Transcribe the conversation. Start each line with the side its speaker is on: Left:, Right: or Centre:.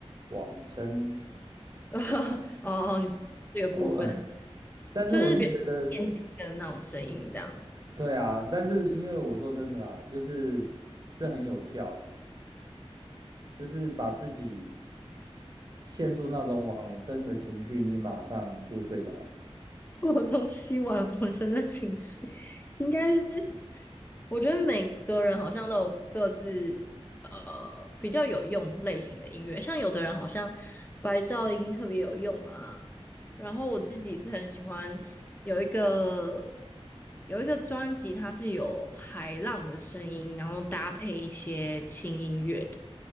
Right: 往生
Left: <laughs> 哦哦，你这个部分
Right: 哦，<laughs> 但是我是觉得，
Left: 就是比较电竞的那种声音，这样。
Right: 对啊，但是因为我说真的啦，就是这很有效，就是把自己陷入那种往生的情绪，你马上就睡着了。
Left: <laughs> 我东西玩浑身 <laughs> 的情绪，应该是我觉得每个人好像都有各自呃比较有用类型的音乐，像有的人好像白噪音特别有用啊，然后我自己是很喜欢有一个有一个专辑，它是有海浪的声音，然后搭配一些轻音乐的，